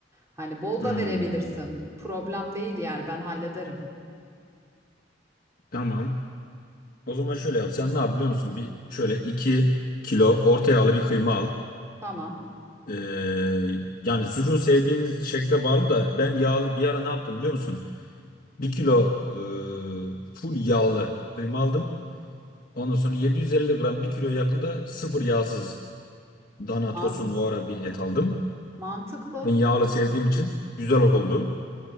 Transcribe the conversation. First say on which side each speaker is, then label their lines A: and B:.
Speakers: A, on the right; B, on the left.
A: Hani bol
B: Hmm,
A: da verebilirsin. Problem değil yani ben hallederim.
B: tamam. O zaman şöyle yap. Sen ne yap biliyor musun? Bir şöyle iki kilo orta yağlı bir kıyma al.
A: Tamam.
B: E, yani sucuğu sevdiğiniz şekle bağlı da ben yağlı bir ara ne yaptım biliyor musun? Bir kilo e, full yağlı kıyma aldım. Ondan sonra 750 gram 1 kilo yakında sıfır yağsız Dana
A: Man
B: tosun o ara bir et aldım.
A: mantıklı.
B: Ben yağlı sevdiğim için güzel oldu.